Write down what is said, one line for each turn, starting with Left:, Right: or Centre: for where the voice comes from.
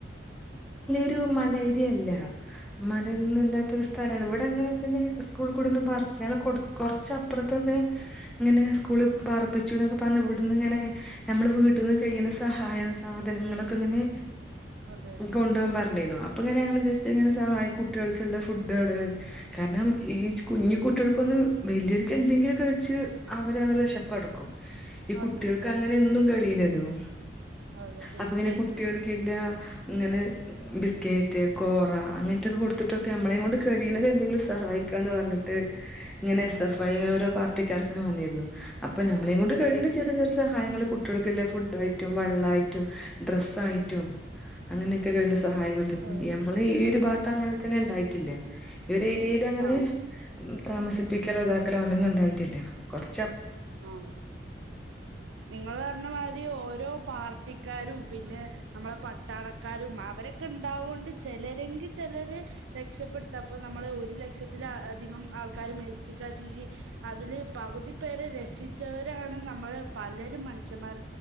Centre: ഒരു മലേരിയല്ല മലന്ന ഇല്ലാത്തരു സ്ഥലമാണ് ഇവിടെങ്ങനെ തന്നെ സ്കൂളിൽ കൂടെന്ന് പാർപ്പിച്ചു ഞ കൊറച്ചപ്പുറത്തൊക്കെ ഇങ്ങനെ സ്കൂളിൽ പർപ്പിച്ചുൊക്കെ പറഞ്ഞു ഇവിടന്ന് ഇങ്ങനെ നമ്മൾ വീട്ടന്ന് കഴിയുന്ന സഹായം സാധനങ്ങളൊക്കെ ഇങ്ങനെ
Right: അതെ
Centre: കൊണ്ടപോവാൻ പറഞ്ഞിരുന്നു അപ്പൊ ഇങ്ങനെ ഞങ്ങ സ് ഇങ്ങനെ സഹായ കുട്ടികൾക്കുള്ള ഫുഡുകള് കാരണം ഈ കുഞ്ഞു കുട്ടികൾക്കൊന്ന് വലിയൊക്ക് എന്തെങ്കിലും കഴിച്ച് അവര് അവര് വിശപ്പടക്കും ഈ
Right: അതെ
Centre: കുട്ടികൾക്ക് അങ്ങനെ എന്നും ല്ലോ <unintelligible> ഉ
Right: അതെ തീർച്ചയായിട്ടും
Centre: അപ്പൊ ഇങ്ങനെ കുട്ടികൾക്കെല്ലാ അങ്ങനെ ബിസ്കറ്റ് കോറ അങ്ങനത്തെൊക്കെ കൊടുത്തിട്ടൊക്കെ നമ്മളെയ കൊണ്ട് കഴിയണുന്നത് എന്തെങ്കിലും സഹായിക്കുകന്ന് പറഞ്ഞിട്ട് ഇങ്ങെ എസ് എഫ്ഐ
Right: ഉം
Centre: ഇങ്ങെ ഒരോ പാർട്ടിക്കാര് മന്നിയരുന്നു <unintelligible> അപ്പൊ നമ്മളെകൊണ്ട്
Right: അതെ
Centre: കഴിയുന്ന ചെറിയ ചെറിയ സഹായങ്ങള്ൾ കുട്ടികൾക്കല്ല ഫുഡ് ആയിട്ട് വെള്ളായിട്ടും ഡ്രസ്സ് ആായിട്ടും അങ്ങനൊക്കെ ക സഹായംട്ട
Right: അതെ
Centre: നമ്മള് ഈ ഒരു ഭാഗം അങ്ങനെ തന്നെ ഉണ്ടായി <unintelligible> ഈ ഏരിയയിൽ അങ്ങനെ
Right: ആ
Centre: താമസിപ്പിക്കലോ ഇതാക്കല അങ്ങനെണ്ടെന്നുണ്ടായി ല്ല കൊ <unintelligible>
Right: ആഹ നിങ്ങൾ പറഞ്ഞമാതിരി ഓരോ പാർട്ടിക്കാ പിന്നെ നമ്മളെ പട്ടാളക്കാരും അവരൊക്കെ ഉണ്ടാവുകൊണ്ട് ചിലരെങ്കിൽ ചിലർ രക്ഷപ്പെടുത്തപ്പോ നമ്മളെ ഒരു ലക്ഷത്തില അധികം ആൾക്കാർ മരിച്ച് കച്ചെങ്കിൽ അതില് പകുതി പേരെ ര രക്ഷിച്ചവരാണ് നമ്മള് പലരും മനുഷ്യന്മാര